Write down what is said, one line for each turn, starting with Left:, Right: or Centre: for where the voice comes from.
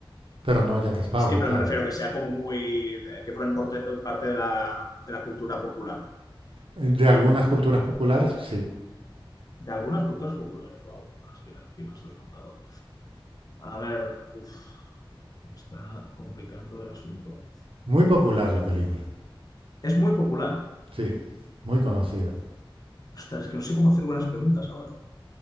Right: pero no Jack Sparrow,
Left: Sí, pero
Right: claro.
Left: me refiero que sea como muy, eh, que formen porte- parte de la, de la cultura popular.
Right: De algunas culturas populares, sí.
Left: De algunas culturas populares, wow. Ahora es que aquí me has desmontado. A ver, uff, me está complicando el asunto.
Right: Muy popular la película,
Left: Es muy popular.
Right: sí. Muy conocida.
Left: Ostras, es que no sé cómo hacer buenas preguntas ahora.